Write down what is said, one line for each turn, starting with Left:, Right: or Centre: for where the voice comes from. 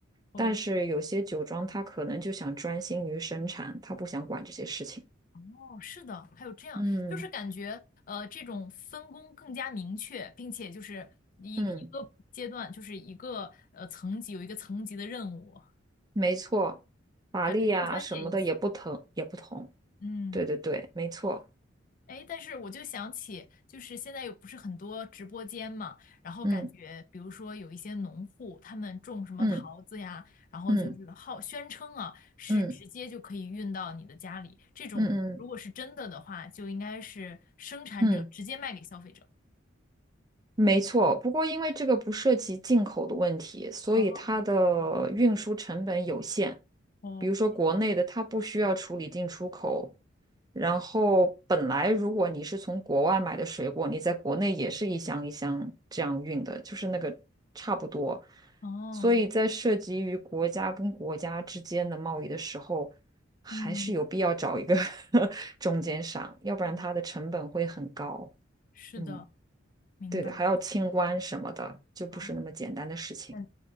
Left: 哦
Right: 但是有些酒庄，他可能就想专心于生产，他不想管这些事情。
Left: 哦，是的，还有这样，
Right: 嗯
Left: 就是感觉呃，这种分工更加明确，并且就是一一个阶段，
Right: 嗯，
Left: 就是一个呃层级有一个层级的任务，
Right: 没错，法力啊什么的也不疼，
Left: 感觉更专业一些。
Right: 也不同。
Left: 嗯。
Right: 对对对，没错。
Left: 哎，但是我就想起，就是现在有不是很多直播间嘛，然后感觉，
Right: 嗯
Left: 比如说有一些农户，他们种什么桃子呀，
Right: 嗯
Left: 然后就是号宣称啊，
Right: 嗯
Left: 是直接就可以运到你的家里。
Right: 嗯。
Left: 这种如果是真的的话，
Right: 嗯嗯
Left: 就应该是生产者直接卖给消费者。
Right: 嗯，没错。不过因为这个不涉及进口的问题，所以它的运输成本有限。
Left: 哦，OK，
Right: 比如说国内的，它不需要处理进出口。然后本来如果你是从国外买的水果，你在国内也是一箱一箱这样运的，就是那个差不多。
Left: 哦，
Right: 所以在涉及于国家跟国家之间的贸易的时候，还是有必要找一个
Left: 嗯，
Right: <laughs> 中间商，要不然它的成本会很高。
Left: 是的，是的，
Right: 嗯。
Left: 明白。
Right: 对对，还要清关什么的，就不是那么简单的事情。
Left: 哦，感